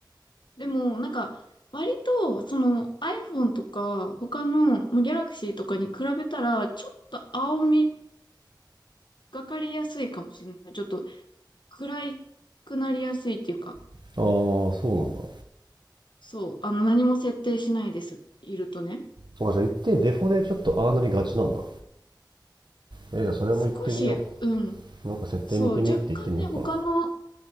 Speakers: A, on the left; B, on the right.
A: でも、なんか、割と、その iPhone とか、他の、まあ、Galaxy とかに比べたら、ちょっと青みがかりやすいかもしれない。ちょっと暗いくなりやすいっていうか、
B: ああ、そうなんだ。
A: そう、あの、何も設定しないです。いるとね。
B: そうか、じゃあ行ってデフォでちょっとああなりがちなんだ。え、じゃあそれも行ってみよ
A: 少し、うん、
B: う。なんか設定見てみって言ってみようかな。
A: そう、若干ね、他の、